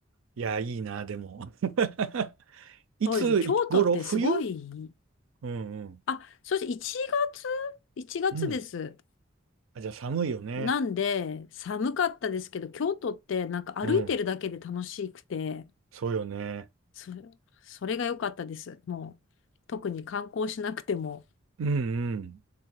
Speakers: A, on the right; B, on the left.
A: いや、いいな、でも。<laughs> いつ頃冬
B: そうですね京都ってすごい、
A: うんうん。
B: あ、そして1月 ?1 月です。
A: うん。あ、じゃあ寒いよね。
B: なんで、寒かったですけど、京都ってなんか歩いてるだけで楽しくて、
A: うん。そうよね。
B: そ、それが良かったです。もう、特に観光しなくても
A: うんうん。